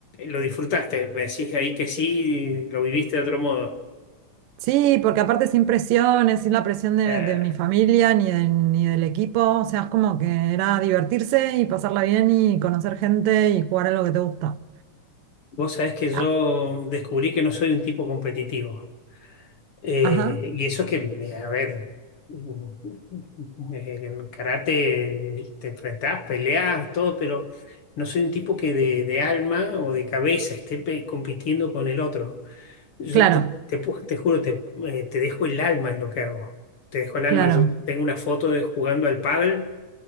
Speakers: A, on the left; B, on the right.
A: lo disfrutaste, me decís ahí que sí, lo viviste de otro modo.
B: Sí, porque aparte sin presiones, sin la presión de,
A: Eh,
B: de mi familia ni, de- ni del equipo, o sea, es como que era divertirse y pasarla bien y conocer gente y jugar a lo que te gusta.
A: vos sabés que yo
B: Ah,
A: descubrí que no soy un tipo competitivo. Eh,
B: ajá,
A: y eso que, eh, a ver, mm, eh, en karate te enfrentás, peleás, todo, pero no soy un tipo que de, de alma o de cabeza esté pe- compitiendo con el otro. Yo
B: claro,
A: te, te, pu- te juro, te, eh, te dejo el alma en lo que hago. Te dejo el alma.
B: claro.
A: Yo tengo una foto de jugando al pádel,